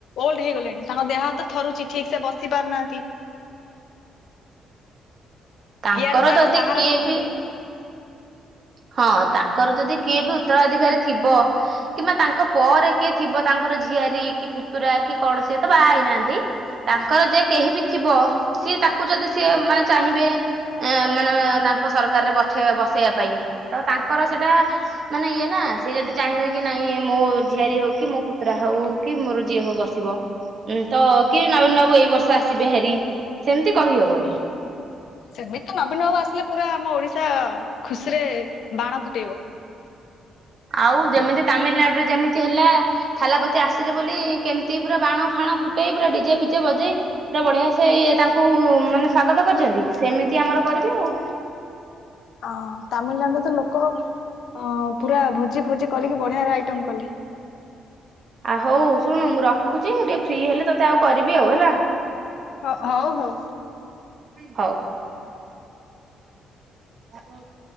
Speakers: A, on the left; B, on the right.
A: <unintelligible> ହେଇଗଲେଣି ତାଙ୍କ ଦେହ ତ ଥରୁଛି ଠିକ୍ ସେ ବସି ପାରୁନାହାନ୍ତି।
B: ତାଙ୍କର
A: ଇଆର ତାର
B: ଯଦି
A: ସାହାରା
B: କିଏ
A: ନଉଛନ୍ତି
B: ବି ହଁ ତାଙ୍କର ଯଦି କିଏ ବି ଉତ୍ତରାଧିକାରୀ ଥିବ। କିମ୍ବା ତାଙ୍କ ପରେ କିଏ ଥିବ ତାଙ୍କର ଝିଆରୀ କି ପୁତୁରା କି କଣ ସିଏ ତ ବାହା ହେଇନାହାନ୍ତି। ତାଙ୍କର ଯେ କେହି ବି ଥିବ ସିଏ ତାକୁ ଯଦି ସିଏ ମାନେ ଚାହିଁବେ ଏ ମାନେ ତାଙ୍କ ସରକାରରେ ପଠେଇବେ ବସେଇବା ପାଇଁ ତ ତାଙ୍କର ସେଟା ମାନେ ଇଏ ନା ସିଏ ଯଦି ଚାହିଁବେ କି ନାଇଁ ମୋ ଝିଆରୀ ହଉ କି ମୋ ପୁତୁରା ହଉ କି ମୋର ଯିଏ ହଉ ବସିବ। ଉଁ ତ କିଏ ନବୀନ ବାବୁ ଏଇ ବର୍ଷ ଆସିବେ ହାରି, ସେମିତି କହିହବନି
A: ସେମିତି ତ ନବୀନ ବାବୁ ଆସିଲେ ପୁରା ଆମ ଓଡିଶା ଖୁସିରେ ବାଣ ଫୁଟେଇବ।
B: ଆଉ ଯେମିତି ତାମିଲନାଡୁରେ ଯେମିତି ହେଲା ଥାଲାପତି ଆସିଲେ ବୋଲି କେମିତି ପୁରା ବାଣ ଫାଣ ଫୁଟେଇ ପୁରା ଡିଜେ ଫିଜେ ବଜେଇ ପୁରା ବଢିଆ ସେ ଇଏ ତାଙ୍କୁ ମାନେ ସ୍ଵାଗତ କରିଛନ୍ତି। ସେମିତି ଆମର କରିବେ ଆଉ।
A: ଅ ତାମିଲନାଡୁ ରେ ତ ଲୋକ ଅ ପୁରା ଭୋଜି ଫୋଜି କରିକି ବଢିଆରେ ଆଇଟମ୍ କଲେ।
B: ଆଉ ହଉ ଶୁଣୁ ମୁଁ ରଖୁଛି। ମୁଁ ଟିକେ ଫ୍ରି ହେଲେ ତତେ ଆଉ କରିବି ହେଲା।
A: ହ ହଉ ହଉ।
B: ହଉ। ଆ <inaudible>